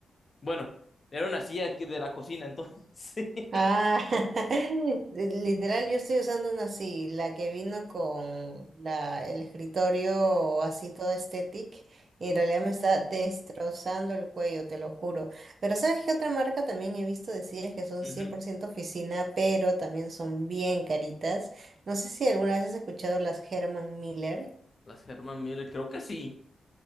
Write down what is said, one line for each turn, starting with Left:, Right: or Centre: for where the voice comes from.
Left: bueno, era una silla que- de la cocina, entonces. <laughs>
Right: Ah, <laughs> literal, yo estoy usando una así, la que vino con la, el escritorio así toda estética y en realidad me está destrozando el cuello, te lo juro. Pero ¿sabes qué otra marca también he visto decir que son
Left: Ujú.
Right: cien por ciento oficina, pero también son bien caritas? No sé si alguna vez has escuchado las Herman Miller.
Left: Las Herman Miller, creo que sí.